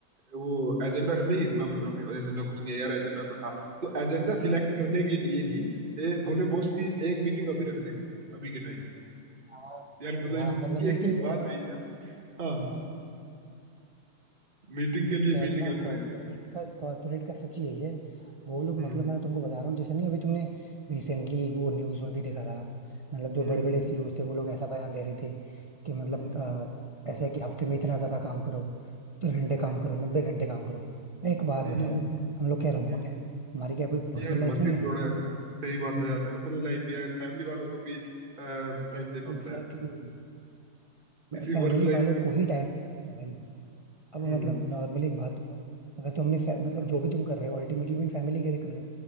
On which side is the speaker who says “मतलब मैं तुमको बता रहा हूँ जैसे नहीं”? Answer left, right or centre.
Right